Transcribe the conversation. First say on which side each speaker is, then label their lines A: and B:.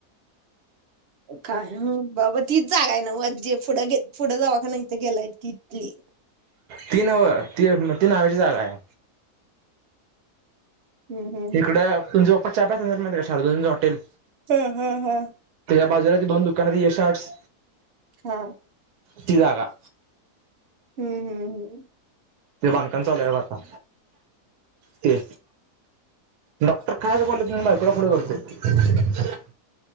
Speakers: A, on the right; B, on the right.
A: काय बाबा तीच जागा आहे ना मग जे पुढं पुढं दवाखाना गेलाय तिथली?
B: ती नव ती ती न्हाव्याची जागा आहे.
A: हम्म हम्म
B: इकड
A: हम्म
B: तुम जं पप्पा चहा प्यायला जातात माहितीया काय शारुद्यांचा हॉटेल.
A: हम्म हम्म हम्.
B: बाजाराात दोन दुकानात यशर्ट्स
A: हा.
B: ती जागा.
A: हम्म हम् हम्.
B: ते बांधकाम चालूय बग आता ते डॉक्टर कायच बोलत नइ बायकोला पुुढे करतोय.